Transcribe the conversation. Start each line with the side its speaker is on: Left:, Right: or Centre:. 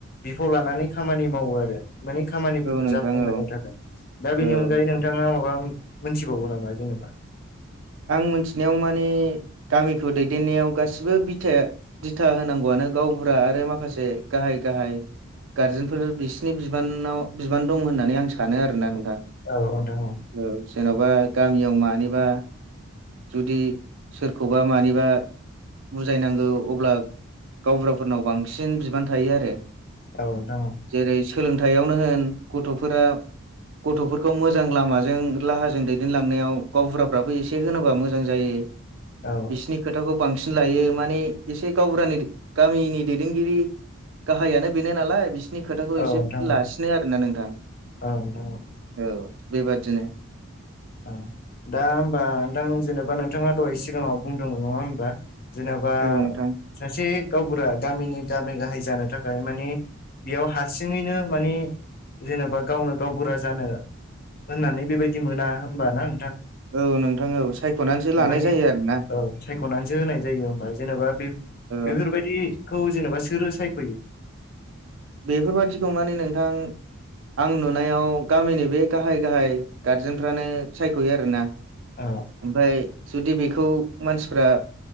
Left: बिफाव लानानै खामानि मावो आरो मानि खामानिफोरखौ
Right: औ नोंथां
Left: जाफुंहोनो
Right: औ
Left: थाखाय दा बेनि
Right: औ
Left: अनगायै नों नोंथाङा माबा मोनथिबावगो नामा जेनेबा?
Right: आं मिथिनायाव मानि गामिखौ दैदेननायाव गासिबो बिथाया दिथा होनांगौआनो गावबुरा आरो माखासे गाहाय गाहाय गारजेनफोर बिसिनि बिबानाव बिबान दं होननानै आं सानो आरोना नोंथां।
Left: औ नोंथां औ।
Right: औ जेन'बा गामियाव मानिबा जुदि सोरखौबा मानिबा बुजायनांगौ अब्ला गावबुराफोरनाव बांसिन बांसिन बिबान थायो आरो
Left: औ नोंथां औ
Right: जेरै सोलोंथायाइयावनो होन गथ'फोरा गथ'फोरखौ मोजां लामाजों राहाजों दैदेनलांनायाव गावबुराफ्राबो एसे होनोबा मोजां जायो
Left: औ
Right: बिसिनि खोथाखौ बांसिन लायो माने एसे गावबुरानि गामिनि दैदेनगिरि गाहायानो बेनो नालाय बिसिनि खोथाखौ
Left: औ
Right: एसे
Left: नोंथां औ
Right: लासिनो आरोोना नोंथां।
Left: औ नोंथां औ
Right: औ बेबादिनो।
Left: औ दा होमबा नोंथां जेनेबा नोंथाङा दहाय सिगाङाव बुंदोंमोन नङा होमबा? जेने'बा
Right: औ नोंथां
Left: सासे गावबुरा गामिनि गामि गाहाय जानो थाखाय माने बेयाव हारसिङैनो मानि जेनेबा गावनो गावबुरा जानो होननानै बेबायदि मोना होनोमबाना नोंथां।
Right: औ नोंथां औ सायख'नानैसो लानाय
Left: माने
Right: जायो आरो ना।
Left: औ सायख'नानैसो होनाय जायो हबा जेनेबा बे
Right: औ
Left: बेफोरबायाददिखौ जेनेबा सोरो सायख'यो।
Right: बेफोरबादिखौ माने नोंथां आं नुनायाव गामिनि बे गाहाय गाहाय गारजेनफ्रानो सायख'यो आरोना।
Left: अ
Right: ओमफ्राय जुदि बेखौ मानसिफ्रा